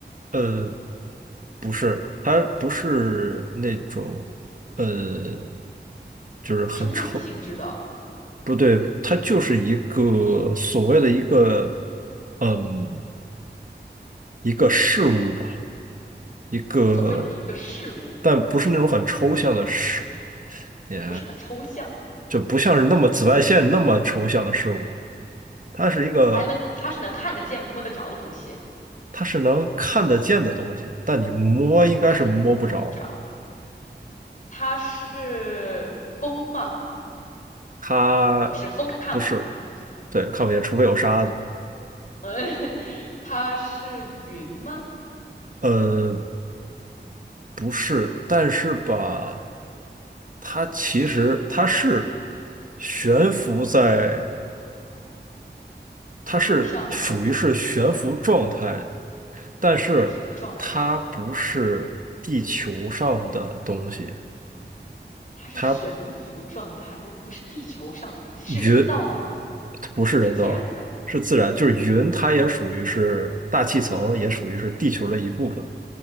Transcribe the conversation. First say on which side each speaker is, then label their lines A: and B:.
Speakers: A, on the right; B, on the left.
A: 呃不是，它不是那种呃，就是很臭，
B: 不是物理性质的，
A: 不对，它就是一个所谓的一个嗯一个事物吧，一个，
B: 所谓的一个事物，
A: 但不是那种很抽象的事，也
B: 不是很抽象，
A: 就不像是那么紫外线那么抽象的事物，它是一个，
B: 还能它是能看得见、摸得着的东西，
A: 它是能看得见的东西，但你摸应该是摸不着。
B: 看得见但摸不着。它是风吗？
A: 它
B: 不是，风看不看不见。
A: 不是，对，看不见，除非有沙子。
B: 嗯，<laughs> 它是云吗？
A: 呃，不是，但是吧，它其实它是悬浮在，它是属于是悬浮状态的
B: 云上的
A: 但是它不是地球上的东西，
B: 悬浮状态，它是悬浮状态，
A: 它
B: 又不是地球上的东西，是人造的吗？
A: 云它不是人造的，
B: 是自然的，
A: 是自然，就是云，它也属于是大气层，也属于是地球的一部分。